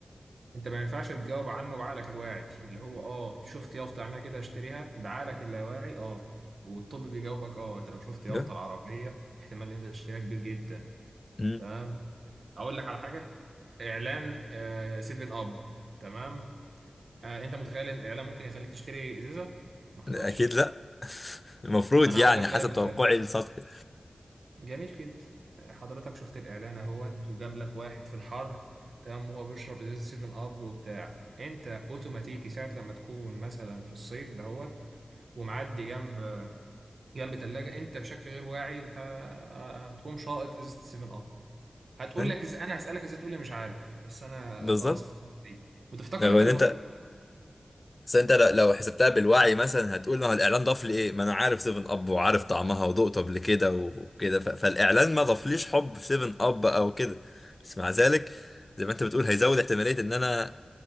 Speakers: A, on the right; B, on the left.
A: انت ما ينفعش تجاوب عنه بعقلك الواعي اللي هو اه شفت يافطة عنها كده اشتريها بعقلك اللاواعي اه والطب بيجاوبك اه انت لو شفت يافطة
B: لا
A: العربية احتمال ان انت تشتريها كبير جدا
B: مم.
A: تمام اقول لك على حاجة اعلان آه سيفن اب تمام آه انت متخيل ان الاعلان ممكن يخليك تشتري ازازة ما حصلش
B: اكيد لا <laughs> المفروض
A: انا
B: يعني
A: هقول لك
B: حسب
A: بقى ازاي
B: توقعي السطحي
A: جميل جدا آه، حضرتك شفت الاعلان اهوت وجاب لك واحد في الحر تمام وهو بيشرب ازازه 7 اب وبتاع انت اوتوماتيكي ساعه لما تكون مثلا في الصيف دهوت ومعدي جنب جنب تلاجة انت بشكل غير واعي ه- هتقوم شاطط ازازه 7 اب هتقول
B: أي،
A: لك إز... انا هسالك ازاي تقول لي مش عارف بس انا
B: بالظبط
A: خلاص اخترت دي وتفتكر
B: لو
A: انت
B: ان
A: اللي
B: انت
A: مختار
B: بس انت لو لو حسبتها بالوعي مثلا هتقول ما هو الاعلان ضاف لي ايه ما انا عارف 7 اب وعارف طعمها وذقته قبل كده وكده ف- فالاعلان ما ضافليش حب في 7 اب او كده بس مع ذلك زي ما انت بتقول هيزود احتماليه ان انا